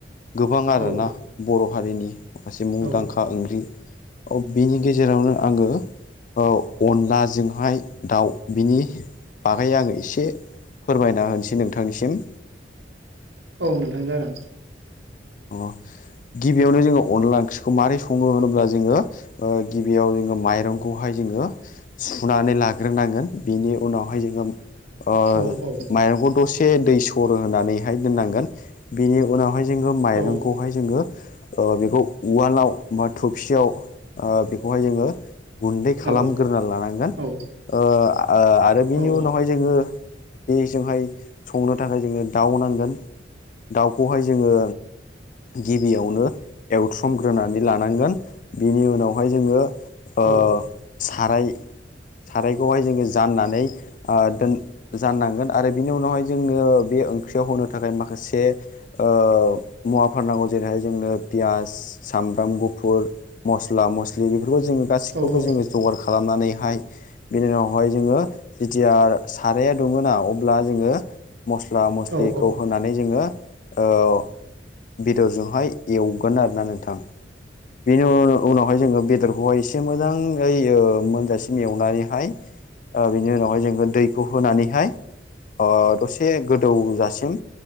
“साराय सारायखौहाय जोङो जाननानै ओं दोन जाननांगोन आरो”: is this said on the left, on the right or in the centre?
Left